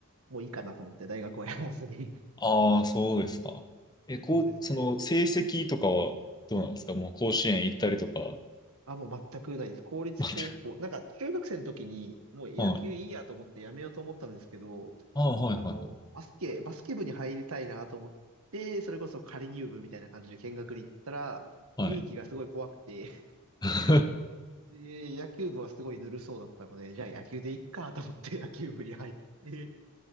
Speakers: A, on the right (about 85°); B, on the left (about 20°).
A: もういいかなと思って大学はやらずに
B: ああ、そうですか。
A: <laughs>
B: え、こう、
A: そうですね
B: その成績とかはどうなんですかもう甲子園行ったりとか。
A: あ、もう全くないです。公立高校。
B: <laughs> 全く。
A: なんか中学生の時にもう野球いいやと思ってやめようと思ったんですけど、
B: はい。ああ、はい、
A: あの、
B: はい、はい。
A: バスケ、バスケ部に入りたいなと思って、それこそ仮入部みたいな感じで見学に行ったら、
B: はい。
A: 雰囲気がすごい怖くて、
B: はい。<laughs>
A: <laughs> で、野球部はすごいぬるそうだったので、じゃあ野球でいっかと思って野球部に入って、